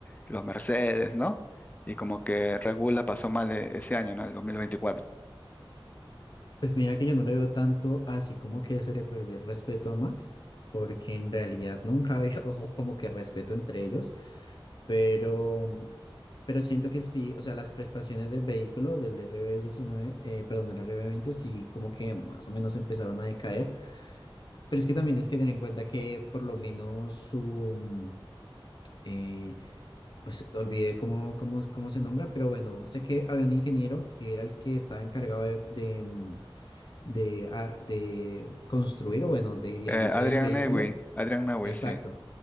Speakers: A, on the left; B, on the left.
A: los Mercedes, ¿no? Y como que Red Bull la pasó mal eh, ese año, ¿no? El 2024.
B: Pues mira que yo no le veo tanto así como que se le perdió el respeto a Max, porque en realidad nunca había <laughs> como que respeto entre ellos, pero, pero siento que sí, o sea, las prestaciones del vehículo, del rb diecinueve, eh, perdón, del rb veinte sí como que más o menos empezaron a decaer, pero es que también es que tener en cuenta que por lo menos su, mm, eh, pues olvidé cómo, cómo, cómo se nombra, pero bueno, sé que había un ingeniero que era el que estaba encargado de, de, mm, de, ar- de construir o bueno, de idealizar
A: Eh, Adrian
B: el vehículo.
A: Newey, Adrian Newey,
B: Exacto.
A: sí.